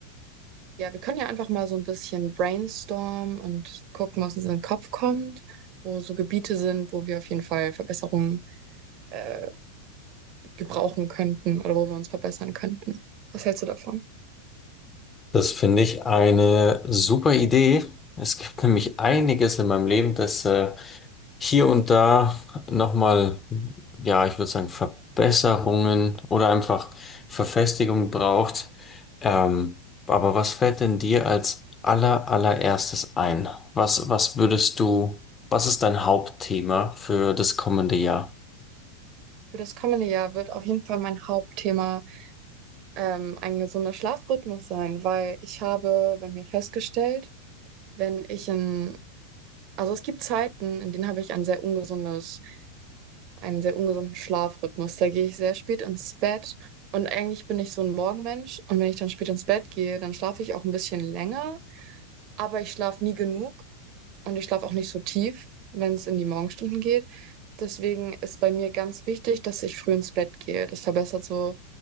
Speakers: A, on the right (about 40°); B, on the left (about 20°).
A: ja, wir können ja einfach mal so ein bisschen brainstormen und gucken, was uns in den Kopf kommt, wo so Gebiete sind, wo wir auf jeden Fall Verbesserungen äh, gebrauchen könnten oder wo wir uns verbessern könnten. Was hältst du davon?
B: Das finde ich eine super Idee. Es gibt nämlich einiges in meinem Leben, das äh, hier und da nochmal, ja, ich würde sagen, Verbesserungen oder einfach Verfestigung braucht. Ähm, aber was fällt denn dir als aller, allererstes ein? Was, was würdest du, was ist dein Hauptthema für das kommende Jahr?
A: Für das kommende Jahr wird auf jeden Fall mein Hauptthema ähm, ein gesunder Schlafrhythmus sein, weil ich habe bei mir festgestellt, wenn ich in, also es gibt Zeiten, in denen habe ich ein sehr ungesundes, einen sehr ungesunden Schlafrhythmus. Da gehe ich sehr spät ins Bett und eigentlich bin ich so ein Morgenmensch und wenn ich dann spät ins Bett gehe, dann schlafe ich auch ein bisschen länger, aber ich schlafe nie genug und ich schlafe auch nicht so tief, wenn es in die Morgenstunden geht. Deswegen ist bei mir ganz wichtig, dass ich früh ins Bett gehe. Das verbessert so